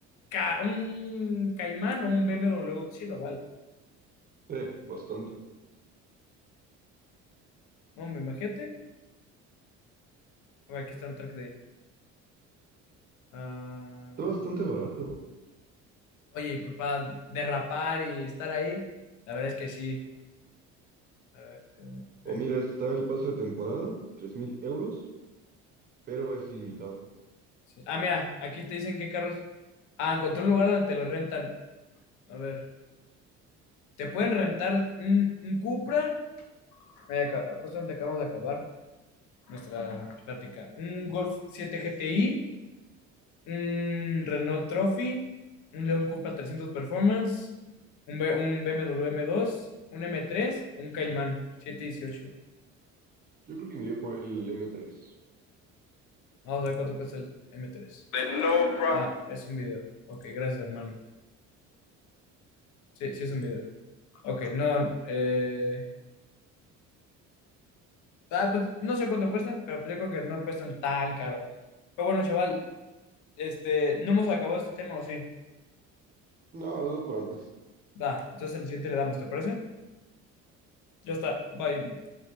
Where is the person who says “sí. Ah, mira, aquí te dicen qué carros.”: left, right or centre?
Left